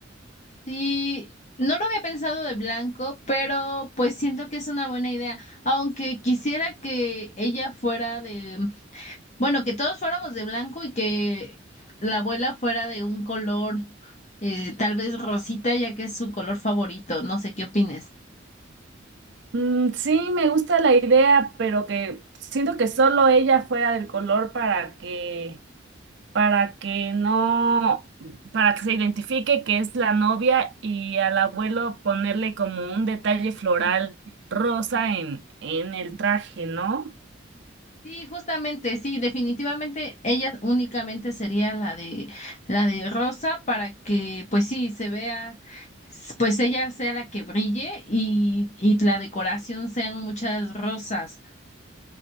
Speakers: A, on the left; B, on the right.
A: Sí, no lo había pensado de blanco, pero pues siento que es una buena idea, aunque quisiera que ella fuera de Bueno, que todos fuéramos de blanco y que la abuela fuera de un color, eh, tal vez rosita, ya que es su color favorito. No sé qué opines.
B: Mm, sí, me gusta la idea, pero que siento que solo ella fuera del color para que para que no, para que se identifique que es la novia y al abuelo ponerle como un detalle floral rosa en, en el traje, ¿no?
A: Sí, justamente, sí, definitivamente ella únicamente sería la de la de rosa para que, pues sí, se vea, s- pues ella sea la que brille y, y la decoración sean muchas rosas.